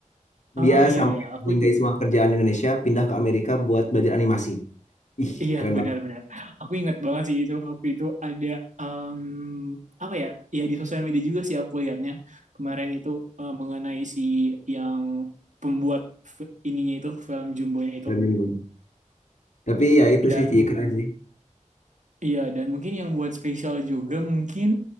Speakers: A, on the right; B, on the left.
A: Oh
B: Dia
A: iya
B: sampai
A: iya, aku
B: meninggalkan
A: juga.
B: semua kerjaan di Indonesia, pindah ke Amerika buat belajar animasi. Ih,
A: Iya
B: keren
A: benar-benar.
B: banget
A: Aku ingat banget sih itu waktu itu ada em, apa ya? Ya di sosial media juga sih aku lihatnya kemarin itu eh, mengenai si yang pembuat f- ininya itu film Jumbonya itu
B: filmnya gimana. Tapi ya itu
A: dan
B: sih, Ci,
A: mu-
B: keren sih.
A: Iya, dan mungkin yang buat spesial juga mungkin